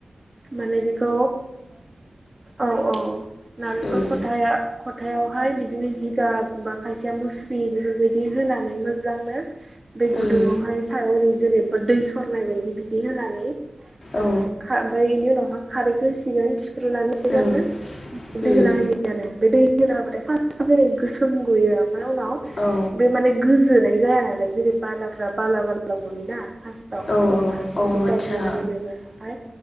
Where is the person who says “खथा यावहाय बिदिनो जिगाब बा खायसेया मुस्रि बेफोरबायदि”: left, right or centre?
Right